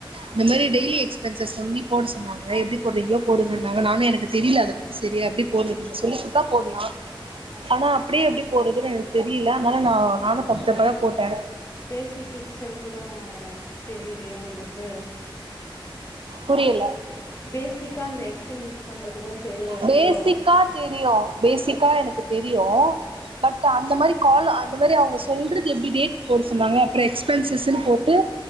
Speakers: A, on the right; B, on the left.
A: இந்த மாரி
B: ம்
A: டெய்லி எக் ஸ்பென்ஸ சொல்லி போட சொன்னாங்க எப்டி போட்றீங்ளோ போடுங்கன்னாங்க நானு எனக்கு தெரில அத பத்தி செரியா எப்டி போட்றதுனு சொல்லி குட்த்தா போட்லா
B: <inaudible>
A: ஆனா அப்டியே எப்டி போட்றதுன் எனக்கு தெரில அத்னால நா நானு தப்தப்பாதா போட்டே
B: பேஸிக் எக்ஸல் கூடோ தெரிலையா உங்ளுக்கு
A: புரியல
B: பேஸிக்கா அந்த எக்ஸல் யூஸ் பண்றது கூட தெரியலையோ
A: பேஸிக்கா தெரியு பேஸிக்கா எனக்கு தெரியு பட் அந்த மாரி கால் அந்த மாரி அவுங்க சொல்றது எப்டி டேட் போட சொன்னாங்க அப்றோ எக்ஸ்பென்சஸ்னு போட்டு